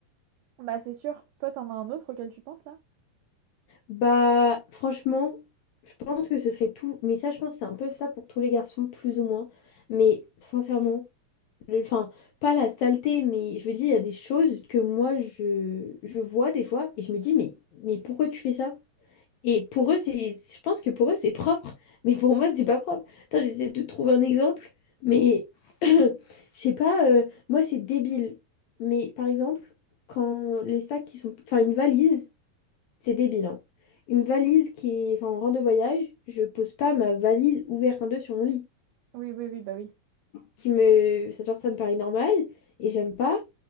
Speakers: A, on the right; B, on the left.
A: Bah, c'est sûr. Toi, t'en as un autre auquel tu penses là?
B: Bah, franchement, je pense que ce serait tout. Mais ça, je pense que c'est un peu ça pour tous les garçons, plus ou moins. Mais sincèrement. Enfin, pas la saleté, mais je veux dire, il y a des choses que moi, je, je vois des fois et je me dis, mais, mais pourquoi tu fais ça? Et pour eux, c'est, je pense que pour eux, c'est propre, <laughs> mais pour moi, c'est pas propre. Attends, j'essaie de trouver un exemple, mais <clears throat> je sais pas, euh, moi, c'est débile. Mais par exemple, quand les sacs qui sont. Enfin, une valise, c'est débile, hein. Une valise qui est enfin, en rang de voyage, je pose pas ma valise ouverte en deux sur mon lit
A: Oui, oui, oui, bah oui.
B: qui me... Ça, genre, ça me paraît normal et j'aime pas.